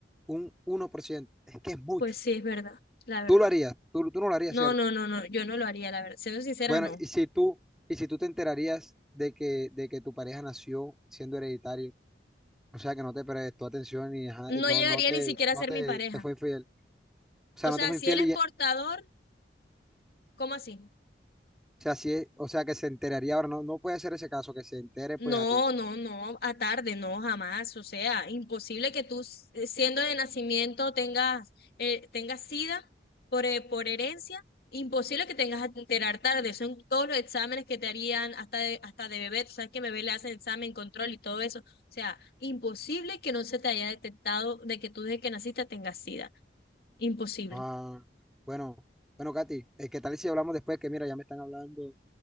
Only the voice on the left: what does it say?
pues sí, es verdad, la verdad.
No,
no, no, no, yo no lo haría, la verdad. Siendo sincera,
no.
No
llegaría
ni siquiera a
ser
mi pareja.
O
sea,
si
él es
portador, ¿cómo así?
No,
no, no, a tarde, no, jamás. O sea, imposible que tú, s- eh, siendo de nacimiento, tengas, eh, tengas SIDA por, he- por herencia. Imposible que tengas que enterar tarde. Son todos los exámenes que te harían hasta de, hasta de bebé. Tú sabes que bebé le hacen examen, control y todo eso. O sea, imposible que no se te haya detectado de que tú desde que naciste tengas SIDA. Imposible.